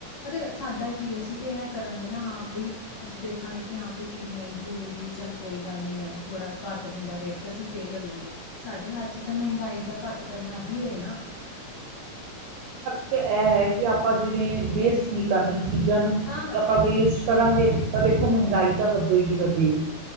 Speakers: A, on the left; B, on the right.
A: ਅਰੇ, ਸਾਡਾ ਕੀ ਏ ਅਸੀਂ ਤੇ ਐ ਕਰਾਂਗੇ ਨਾ ਹਾਂ ਬਈ ਅਸੀਂ ਦੇਖਾਂਗੇ ਕਿ ਹਾਂ ਬੀ ਚੀਜ਼ ਮਹਿੰਗੀ ਹੋਏਗੀ ਚਲ ਕੋਈ ਗੱਲ ਨਹੀਂ ਆ ਥੋੜਾ ਘੱਟ ਹੁੰਦਾ ਰੇਟ ਤਾਂ ਅਸੀਂ ਫੇਲ ਹੋ ਲਾਂਗੇ ਸਾਡੇ ਹੱਥ ਚ ਮਹਿੰਗਾਈ ਦਾ ਘੱਟ ਕਰਨਾ ਹੀ ਹੈ ਨਾ-
B: ਤੇ, ਇਹ ਹੈ ਕਿ ਆਪਾਂ ਦੋਵੇਂ ਵੇਸਟ ਨਹੀਂ ਕਰਨੀ। ਚੀਜ਼ਾਂ ਨੂੰ
A: ਹਾਂ।
B: ਜੇ ਆਪਾਂ ਵੇਸਟ ਕਰਾਂਗੇ ਤਾਂ ਦੇਖੋ ਮਹਿੰਗਾਈ ਦਾ ਵਧੇਗੀ ਵਧੇਗੀ।